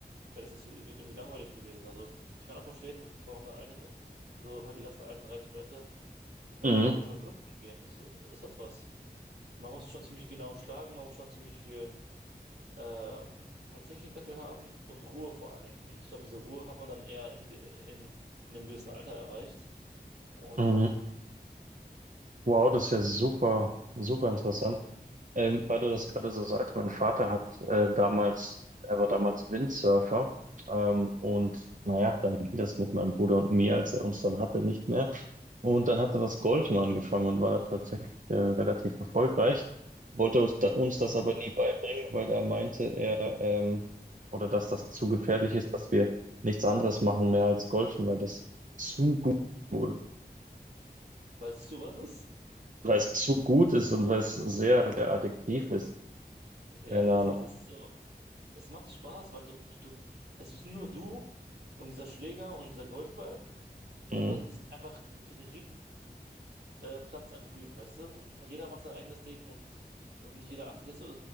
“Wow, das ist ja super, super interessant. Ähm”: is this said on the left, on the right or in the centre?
Right